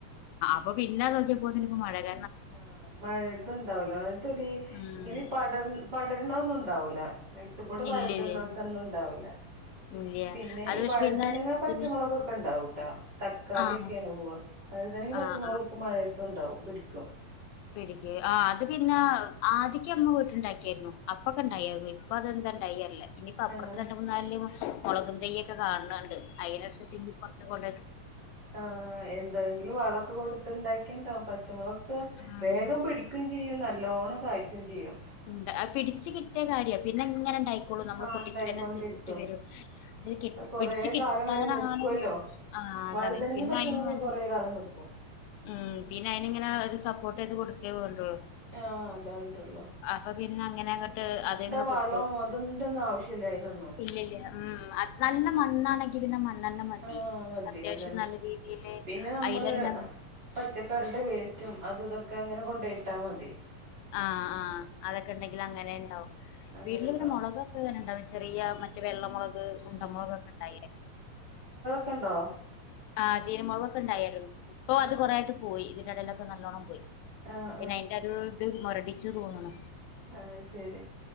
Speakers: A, on the left (about 85°); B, on the right (about 30°).
A: അപ്പ പിന്നെ നോക്കിയ പോതിന്പ്പോ മഴക
B: ആ മഴയത് ഉണ്ടാവൂലാ മഴയത്ത് ടീ
A: ഉം
B: ഇങ്ങനെ പട പടര്ണ ഒന്നും ഉണ്ടാവില്ല നിലത്ത് കൂടെ പരടണം
A: ഇല്ലല്ലേ
B: ഒക്കെ ഒന്നും ഉണ്ടാവില്ല
A: ഉം ഇല്ല
B: പിന്നെ
A: അത്
B: ഈ
A: പക്ഷെ
B: വഴുതനങ്ങ
A: പിന്നെ
B: പച്ചമുളകൊക്കെ
A: ഇതിന്
B: ഉണ്ടാവൂട്ടാ തക്കാളിയ
A: ആഹ്
B: ഒക്കെയാണ് പോവാ വഴുതനങ്ങ പച്ചമുളകൊക്കെ
A: ആഹ്
B: മഴയത്തുംണ്ടാവും പിടി
A: ക്ക് ആ അത് പിന്നെ ആദ്യക്ക് ഇമ്മവീട്ടിൽണ്ടാക്കിയായിരുന്നു അപ്പൊക്കെ ഇണ്ടായിരുന്നു അപ്പൊ അതെന്തതുണ്ടായി അല്ല ഇനിയിപ്പ അപ്പുറത്തെ
B: ആഹ്
A: രണ്ട മൂന്ന് നല് മുളകും തെയ്യൊക്കെ കാണാണ് അയിനെ ടുത്തിട്ട് ഇനി പ്പറത്ത കൊണ്ട
B: ആ എന്തെങ്കിലും വളക്ക് കൊടുത്ത് ഉണ്ടാക്കിയണ്ടാവും പച്ചമുളക് ക്കെ
A: ആഹ്
B: വേഗം പിടിക്കുകയും ചെയ്യും നല്ലോണ്ണം കായ്ക്കുകയും ചെയ്യും
A: ഉണ്ട് പിടിച്ചച്ച് കിട്ടിയ കാര്യ പിന്നെ ഇങ്ങനെ ആയിക്കോള്ളൂ നമ്മള്
B: ആഹ്
A: പൊട്ടിക്കനുസരിച്ചിട്ട്
B: ഇണ്ടായിക്കൊണ്ടിരിക്കും
A: വരും പക്ഷെ
B: അത് കൊറേ
A: പിടിച്ചച്ച് കിട്ടാനണ
B: കാലം വരെ നിക്കുവല്ലോ
A: ആ അതല്ലെ
B: വഴുതനങ്ങി
A: പിന്നെ
B: പച്ചമുളകൊക്കെ
A: അയിന് വേണ്ട
B: കൊറേ കാലം നിക്കും
A: ഉം പിന്നെ അയിനി ഇങ്ങനെ ഒരു സപ്പോർട്ട് ചെയത് കൊടുക്കേ പോണ്ടള്ളൂ
B: ആ അത ണ്ടുള്ളു
A: അപ്പൊ പിന്നെ അങ്ങനെ അങ്ങട്ട് അതങ്ങന്നെ
B: വളവും
A: പോക്കോളും
B: അതിന്റെ ഒന്നും ആവശ്യല്ല അയിനൊന്നും
A: ഇല്ലല്ല മ് ആ നല്ല മണ്ണാണ ങ്കി മണ്ണെണ് മതി
B: ആഹ് മതി
A: അത്യാവശ്യം
B: അതന്നെ
A: നല്ല രീതിൽ
B: പിന്നെ നമ്മള്
A: അയലന്ന
B: പച്ചക്കറിയുടെ വേസ്റ്റും അത് ഇതൊക്കെ അങ്ങനെ കൊണ്ടോയിട്ടാ മതി
A: ആ ആ അതൊക്കെ ഉണ്ടെങ്കില് അങ്ങനെണ്ടാവും
B: അങ്ങനെ
A: വീട്ടില്
B: ഇണ്ടാവും
A: പിന്നെ മുളകൊക്കെ ങ്ങനെണ്ടാവും ചെറിയ മറ്റ വെള്ളമുളക് ഉണ്ടമുളകൊക്കെ ഇണ്ടായിന്ന്
B: കണ്ടോ
A: ആചിനമുളകൊക്കെ ഇണ്ടായിരുന്നു ഇപ്പൊ
B: ആഹ്
A: അത് കൊറെയൊക്കെ
B: ആഹ്
A: പോയി ഇതിന്റെ ഇടയിലൊക്കെ നല്ലോണ്ണം പോയി.
B: ആഹ്
A: പിന്നെ അയിന്റെരുഇത് മുരടിച്ചു തോന്ന്ന്നു
B: ആ ശരി